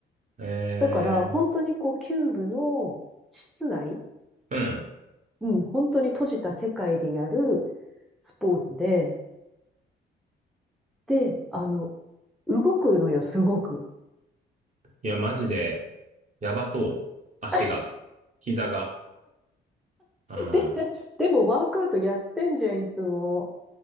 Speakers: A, on the right; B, in the centre.
A: え
B: だから、本当にこう、
A: ー、
B: キューブの室内、
A: うん。
B: うん、本当に閉じた世界でやるスポーツで、で、あの、動くのよ、すごく。
A: いや、マジで、やばそう。足が。
B: <laughs>
A: 膝が。うん。
B: で、でもワークアウトやってんじゃん、いつも。